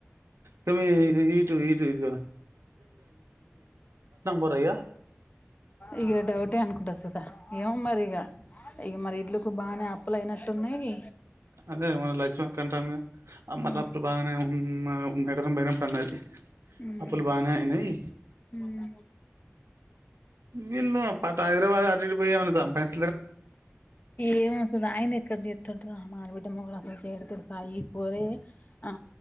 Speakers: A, on the right; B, on the left.
A: తమ్మీ ఈ ఈ ఇటు ఇద్ ఇద్గ పోరా ఇగ
B: ఇగ డౌటే అనుకుంట సూత ఏమో మరి ఇగ ఇగ మరి ఇండ్లుకు బాగా అప్పులయినట్టున్నాయి
A: అదే మన లక్ష్మీక్కంటాందిగా ఆ
B: ఉమ్
A: మల్లప్పులు బాగానే ఉ ఊ ఆ మెడల మెడనొప్పి అన్నది
B: ఉమ్
A: అప్పులు బానే అయినయ్
B: ఉమ్
A: వీల్లెపాట్ హైదరాబాద్ అటు ఇటు పోయి సంపాఇస్
B: ఏమొస్తది అయనెక్కడ జేత్తుంటడు ఆ మార్వా <unintelligible> ఆ